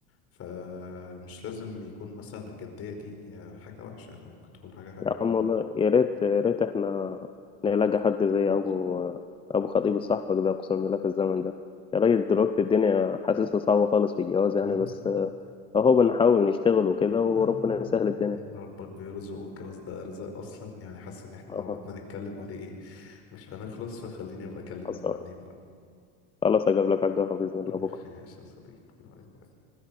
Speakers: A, on the left; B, on the left.
A: فمش لازم يكون مثلا الجديه دي حاجه وحشه ممكن تكون حاجه حلوه
B: يا
A: برضه
B: عم والله يا ريت يا ريت احنا نلاقي حد زي أبو أبو خطيب صاحبك ده أقسم بالله في الزمن ده يا راجل دلوقتي الدنيا حاسسها صعبة خالص في الجواز يعني
A: مم.
B: بس اهو بنحاول نشتغل
A: مم.
B: وكده وربنا
A: آه.
B: يسهل الدنيا
A: ربك بيرزق والجواز ده رزق اصلا يعني حاسس ان احنا
B: اهو
A: لو قعدنا نتكلم عليه ايه مش هنخلص فخليني ابقى اكلمك
B: حصل
A: بعدين بقى
B: خلاص هجيب لك على القهوة بإذن
A: <laughs>
B: الله
A: ماشي
B: بكرة
A: يا صديقي باي باي